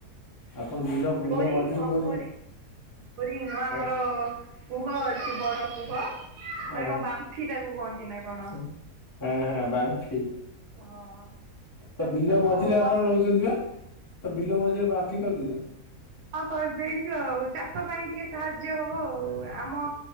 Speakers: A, on the left (about 20°); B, on the right (about 80°).
A: ଆପଣ ବିଲ ବିଲ
B: ବୋରିଂ
A: ମଝିରେ
B: ନୁହଁ
A: ବୋରିଂ
B: ବୋରି ବୋରିଂ ନୁହଁ ଆମର
A: ହଁ
B: କୁହ ଅଛି ବଡ଼ କୁହ। ମାନେ
A: ହ
B: କଣ ବାମ୍ଫି ତାକୁ କହନ୍ତି ନା କଣ?
A: ହଁ ହଁ ବାମ୍ଫି
B: ହଁ ସେଥିରୁ
A: ତ ବିଲ ମଝିରେ
B: ମତେ
A: ଆପଣ ରହୁଛନ୍ତି ପା? ତ ବିଲ ମଜରେ ବାମ୍ଫି କରି ଦିଆ।
B: ହଁ କରିଦେଇଛୁ ଆଉ ଚାଷ ପାଇଁ ଟିକେ ସାହାଯ୍ୟ ହବ ଆଉ ଆମ